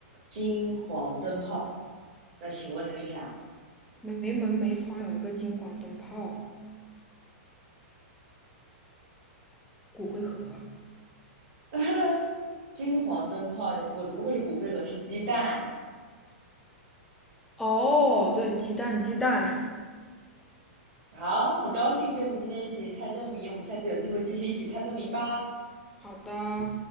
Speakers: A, on the right (about 45°); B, in the centre.
A: 金黄灯泡，那请问它是啥？
B: 没门没窗有一个金黄灯泡，骨灰盒。
A: 呃金黄灯泡，你我怎么会是骨灰盒？是鸡蛋。
B: 哦，对，鸡蛋，鸡蛋。
A: 好，很高兴跟你今天一起猜灯谜，我们下次有机会继续一起猜灯谜吧。
B: 好的，